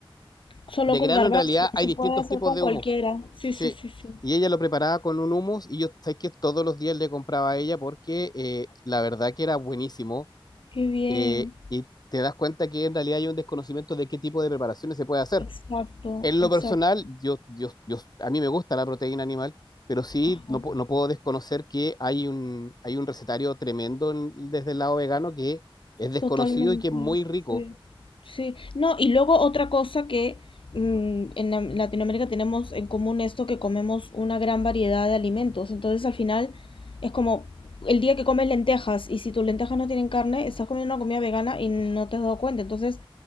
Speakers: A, on the left; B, on the left.
A: Solo
B: de
A: con
B: grano,
A: garbanzo,
B: en realidad
A: pero
B: hay
A: se
B: distintos
A: puede hacer
B: tipos
A: con
B: de
A: cualquiera.
B: humus.
A: Sí,
B: Sí.
A: sí, sí, sí.
B: Y ella lo preparaba con un humus y yo sabes que todos los días le compraba a ella porque eh, la verdad que era buenísimo
A: Qué bien.
B: eh, y te das cuenta que en realidad hay un desconocimiento de qué tipo de preparaciones se puede hacer.
A: Exacto,
B: En
A: exacto.
B: lo personal, yo, yo, yo, a mí me gusta la proteína animal, pero sí
A: Ajá.
B: no, pu- no puedo desconocer que hay un, hay un recetario tremendo en- desde el lado vegano que es desconocido
A: Totalmente.
B: y que es muy rico
A: Sí. Sí. No, y luego otra cosa que mm, en la- en Latinoamérica tenemos en común esto que comemos una gran variedad de alimentos. Entonces al final es como el día que comes lentejas y si tus lentejas no tienen carne, estás comiendo una comida vegana y no te has dado cuenta. Entonces